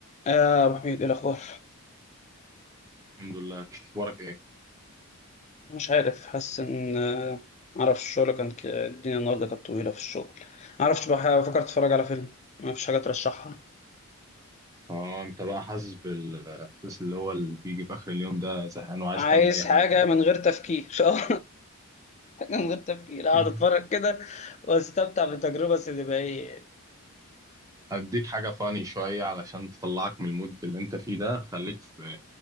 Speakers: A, on the left; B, on the right.
A: آه أبو حميد إيه الأخبار؟
B: الحمد لله اخبارك ايه
A: مش عارف حاسس إن آه، معرفش الشغل كان ك... الدنيا النهاردة كانت طويلة في الشغل معرفش بح... بفكر أتفرج على فيلم مفيش حاجة ترشحها
B: اه انت بقى حاسس بالاحساس اللي هو اللي بيجي في اخر اليوم ده زهقان وعايز
A: عايز
B: تعمل اي حاجه
A: حاجة
B: كده
A: من غير تفكير <laughs> آه، حاجة من غير تفكير أقعد
B: <laughs>
A: أتفرج كده وأستمتع بالتجربة السينمائية
B: هديك حاجه فاني شويه علشان تطلعك من المود اللي انت فيه ده خليك في,